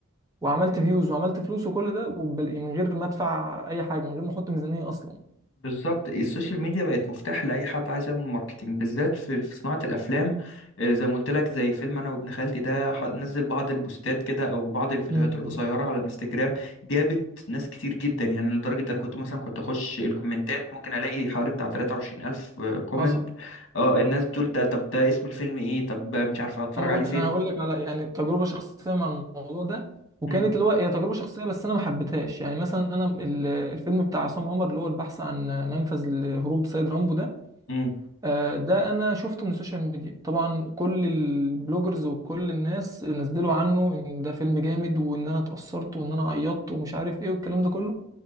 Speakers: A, on the right; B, on the left.
A: وعملت فيوز وعملت فلوس وكل ده وبل... من غير ما أدفع أي حاجة من غير ما أحط ميزانية أصلا
B: بالظبط السوشيال ميديا بقت مفتاح لاي حد عايز يعمل ماركتينج بالذات في في صناعه الافلام آه، زي ما قلت لك زي فيلم انا وابن خالتي ده ح- نزل بعض البوستات كده او بعض الفيديوهات
A: امم
B: القصيره على الانستجرام جابت ناس كتير جدا يعني لدرجه انا كنت مثلا كنت اخش الكومنتات ممكن الاقي حوالي بتاع 23000 الف كومنت
A: حصل
B: اه الناس بتقول ده طب ده اسم الفيلم ايه طب مش عارفه اتفرج
A: انا هقول-
B: عليه فين
A: انا هقول لك على يعني تجربه شخصيه مع الموضوع ده وكانت
B: امم
A: اللي هو هي تجربه شخصيه بس انا ما حبيتهاش يعني مثلا انا ال- الفيلم بتاع عصام عمر اللي هو البحث عن منفذ لهروب سيد رامبو ده
B: امم
A: آه، ده انا شفته من السوشيال ميديا طبعا كل البلوجرز وكل الناس نزلوا عنه ان ده فيلم جامد وان انا اتأثرت وان انا عيطت ومش عارف ايه والكلام ده كله